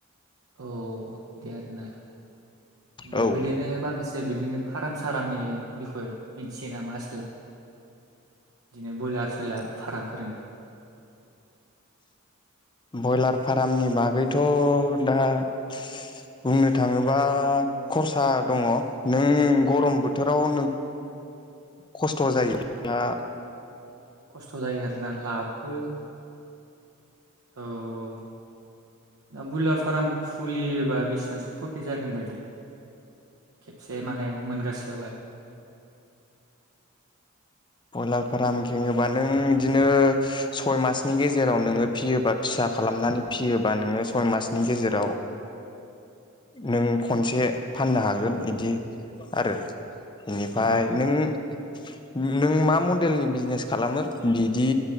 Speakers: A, on the right; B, on the left.
A: औ बिदि आरो ना आमफाय
B: औ
A: बिदिनो माखासे बिदिनो फाराम सारामनि बिख'इ मिथियो नामा आसोला बिदिनो बयलार सयलार फाराम फोरोनि
B: बयलार फारामनि बागैथ' दा हो बुंनो थाङोबा ख'रसा दङो नों गरम बोथोराव नों खस्थ' जायो आ
A: खस्थ' जायो आरोना लापबो औ औ दा बयलार फाराम खुलियोबा बिसेबांसो प्रफिट जागोन बादि खेबसे माने मोनगासेआवहाय
B: बयलार फाराम खेङोबा नों इदिनो हो सय मासनि गेजेराव नोङो फिसियोबा फिसा खालामनानै फियोबा नों सय मासनि गेजेराव
A: <inaudible>
B: नों खनसे फाननो हागोन इदि आरो इनिफाय
A: औ
B: नों नों मा मडेलनि बिजिनेस खालामो बिदि